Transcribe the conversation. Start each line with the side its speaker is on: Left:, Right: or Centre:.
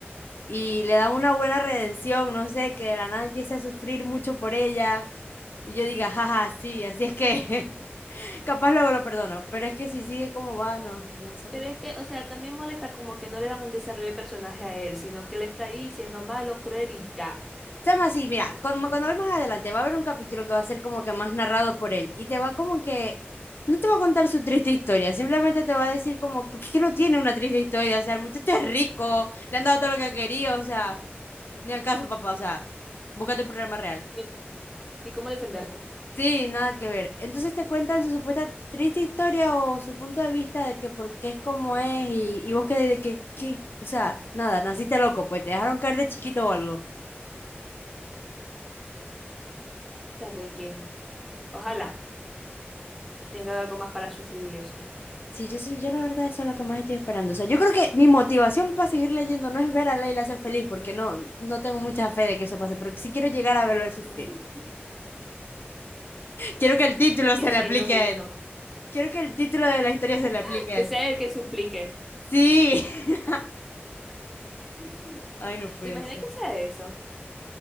Left: y le dan una buena redención, no sé, que de la nada empiece a sufrir mucho por ella y yo diga, jaja, sí, así es que <laughs> capaz luego lo perdono, pero es que si sigue como va, no, no, sé,
Centre: Pero es que, o sea, también molesta como que no le dan un desarrollo de personaje a él, sino que él está ahí siendo malo, cruel y ya.
Left: Chama, así, mira, cuando, cuando voy más adelante va a haber un capítulo que va a ser como que más narrado por él y te va como que, no te va a contar su triste historia, simplemente te va a decir como, porque es que no tiene una triste historia, o sea, el muchacho es rico, le han dado todo lo que quería, o sea, ni al caso, papá, o sea, búscate un problema real.
Centre: Ni, ni cómo defenderte.
Left: Sí, nada que ver. Entonces te cuentan su supuesta triste historia o su punto de vista de que por qué es como es y, y vos quedás de que, ¿qué? O sea, nada, naciste loco, pues te dejaron caer de chiquito o algo.
Centre: Está re bien. Ojalá tenga algo más para sufrir y eso.
Left: Sí, yo sí, yo la verdad eso es lo que más estoy esperando. O sea, yo creo que mi motivación para seguir leyendo no es ver a Leila ser feliz, porque no, no tengo mucha fe de que eso pase, pero sí quiero llegar a verlo sufrir.
Centre: <laughs>
Left: Quiero que el título
Centre: Es que
Left: se
Centre: sí,
Left: le aplique
Centre: es lo justo.
Left: a él. Quiero que el título de la historia se le aplique
Centre: <laughs> Que
Left: a él.
Centre: sea el que suplique.
Left: Sí. <laughs>
Centre: <laughs>
Left: Ay, no puede
Centre: ¿Te imaginas
Left: ser.
Centre: que sea eso?